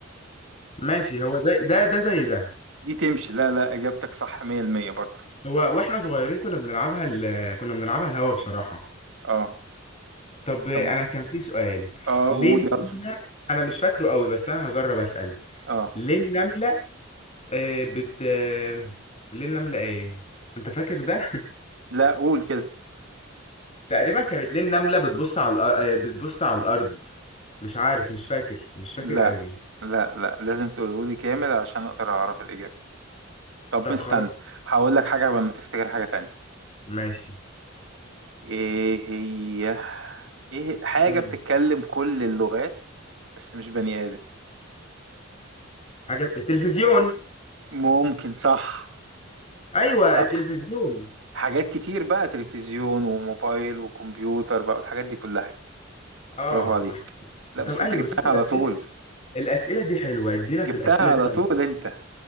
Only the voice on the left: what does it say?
ماشي هو زي ده ده زي ده
هو واحنا صغيرين كنا بنلعبها ال... كنا بنلعبها الهوا بصراحة
طب انا
كان في سؤال
ليه
النملة
انا مش فاكره قوي بس انا هجرب اسأل
ليه النملة آه بت آه، ليه النملة ايه انت فاكر ده
<laughs> تقريبا كانت ليه النملة بتبص على الأر... آه، بتبص على الارض مش عارف مش فاكر مش فاكر
قوي
طب
خلاص
ماشي
مم.
حاجة التلفزيون
أيوه
التلفزيون
أه
طب أيوه
شوف الأسئلة
الأسئلة دي حلوة ادينا
في الأسئلة
دي كمان